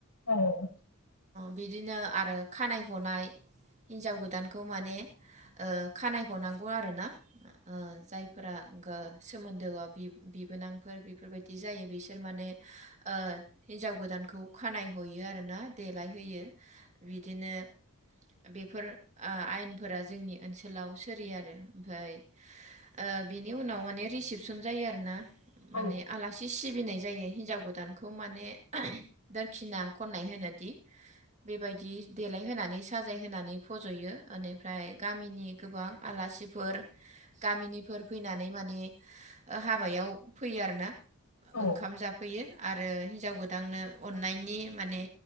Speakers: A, on the left (about 90°); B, on the right (about 35°).
A: औ
B: बिदिनो आरो खानाय हनाय हिन्जाव गोदानखौ माने ओ खानाय हनांगौ आरो ना। जायफोरा सोमोन्दो बि-बिबोनांफोर बेफोरबायदि जायो बिसोर माने ओ हिन्जाव गोदानखौ खानाय गयो आर ना देलायहोयो। बिदिनो बेफोर आयेनफोरा जोंनि ओनसोलाव सोरि आरो ओमफाय ओ बेनि उनाव माने रिसिपसन जायो आरो ना।
A: औ
B: माने आलासि सिनाय जायो हिनजाव गोदानखौ माने खिना खननाय होनोदि बेबायदि देलायहोनानै नै साजाय होनानै फज'यो ओनिफ्राय गामिनि गोबां आलासिफोर गामिनिफोर फैनानै नै माने हाबायाव फैयो आरोना
A: औ
B: ओंखाम जाफैयो आरो हिन्जाव गोदाननो अन नायनि माने